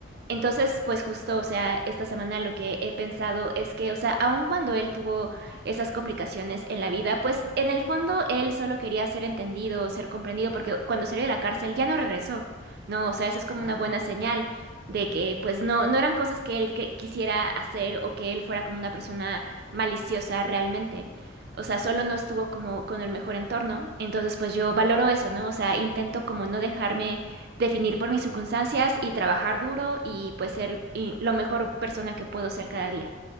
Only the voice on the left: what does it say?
claro.
Claro,
claro,
claro.
Sí,